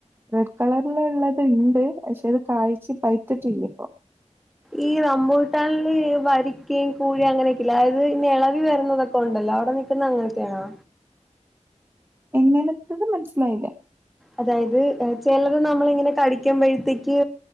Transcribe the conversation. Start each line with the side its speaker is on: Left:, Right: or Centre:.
Right: റെഡ് കളറിലിള്ള ത്ണ്ട് പക്ഷെ അത് കായ്ച് പഴ്ത്തിട്ടില്ലപ്പൊ.
Centre: ഈ റംമ്പൂട്ടാനില് വരിക്കയും കൂഴ അങ്ങനെക്കില്ലേ അത് നിളവി വെര്ന്നതൊക്കെണ്ടല്ലോ അവടെ നി പിന്നങ്ങൻത്ത്യാണോ?
Right: എങ്ങനത്തത് മൻസ്സിലായില്ല.
Centre: അതായത് ഏഹ് ചെലത് നമ്മളിങ്ങനെ കടിക്കുമ്പെഴത്തേക്ക്